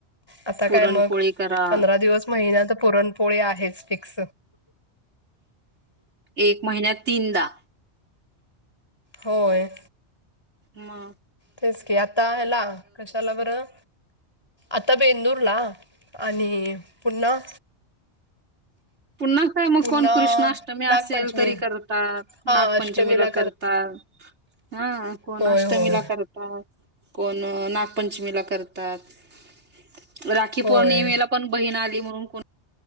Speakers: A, on the left; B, on the right.
A: आता
B: पुरणपोळी
A: काय मग
B: करा
A: पंधरा दिवस. महिना त पुरणपोळी आहेच फिक्स.
B: एक महिन्यात तीनदा.
A: होय!
B: म!
A: तेच की आता ह्याला कशाला बरं? आता बेंदूर ला आणि पुन्हा?
B: पुन्हा काय मग
A: पुन्हा
B: कोण कृष्णआष्टमी असेल
A: नागपंचमी
B: तरी करतात, नागपंचमीला
A: हा अष्टमीला
B: करतात. हा कोण
A: होय
B: अष्टमीला
A: होय
B: कर तात कोण नागपंचमीला करतात राखी
A: होय
B: पौर्णिमेला पण बहीण आली म्हणून कोण